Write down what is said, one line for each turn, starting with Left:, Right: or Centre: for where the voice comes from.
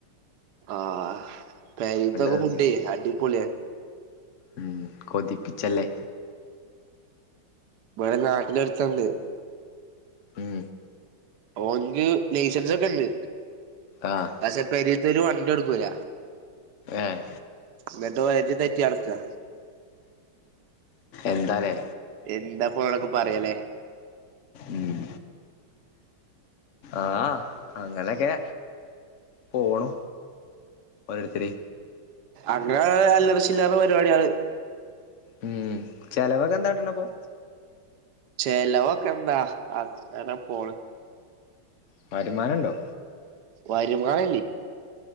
Right: ആഹ് പെരെത്തൊക്കെ
Left: തിന്നീനെ
Right: ഫുഡ് അടിപൊളിയാ
Left: ഉം കൊതിപ്പിച്ചല്ലേ
Right: ഇവിടെ നാട്ടില് ഒരുത്തൻണ്ട്
Left: ഉം
Right: ഓൻക്ക് ലൈസൻസൊക്കെ ഇണ്ട്
Left: ആഹ്
Right: പഷേ പെരീ ത്തോല് വണ്ടി കൊടുക്കൂല
Left: ഏഹ്
Right: ന്നട്ട് <unintelligible> തെറ്റി നടക്കാ
Left: എന്താലേ
Right: എന്താപ്പോ ഓലോടൊക്കെ പറയാലേ
Left: ഉം ആഹ് അങ്ങനൊക്കെ പോണു ഓരോര്ത്തര്
Right: അങ്ങനെ അല്ലറ ചില്ലറ പരിപാടി ആള്
Left: ഉം ചെലവൊക്കെ എന്താട്ടുണപ്പോ?
Right: ചെലവൊക്കെ എന്താ അങ്ങനെ പോണ്
Left: വരുമാനുണ്ടോ?
Right: വരുമാനല്ലേ